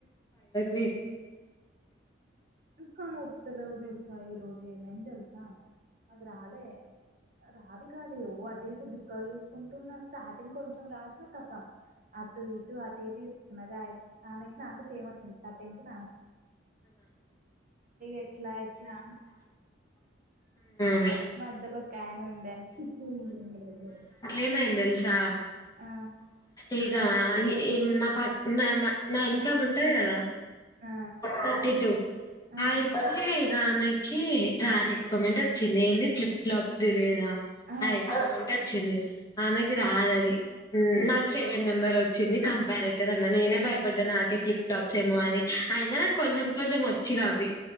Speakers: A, on the left; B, on the right.
A: <inaudible>
B: కనత్తలేవ్ తెలుసా ఈ రోజు ఏమైంది తెలుసా ఆది రాలే రాది కాదు ఓ అటు ఇటు దిక్కలు చూసుకుంటున్న స్టార్టింగ్ కొంచెం రాసినా కతం అటు ఇటు అటు ఇటు న్నగా ఆమెకి నాకు సేమ్ వచ్చింది థర్టీన్ <unintelligible> ఎట్లా ఎట్లా <inaudible>
A: <inaudible>
B: మధ్యలో ఒక ఆయన ఉండే చిట్టి ఉండే ఆమె దగ్గర
A: ఏమైంది తెలుసా
B: ఆ,
A: ఏ ఇ నా ప నా నా వెనుక ఆమె ఉంటది కదా
B: ఆ,
A: థర్టీ టూ
B: ఆ,
A: అయితే ఆమెకి రాని ఎక్స్పరిమెంట్ వచ్చింది ఏంది ఫ్లిప్ ఫ్లాప్స్ తెలిదా
B: ఆ,
A: అ <unintelligible> వచ్చింది ఆమెకి రాదు అది ఊ
B: ఆ,
A: నాకు సెవెన్ నెంబర్ వచ్చింది కంపారేటివ్ అన్నా నేనే భయప పడ్డా నాకే ఫ్లిప్ ప్లాప్స్ ఏమో అని అయినా కొంచెం కొంచెం వచ్చు ఇగ అవి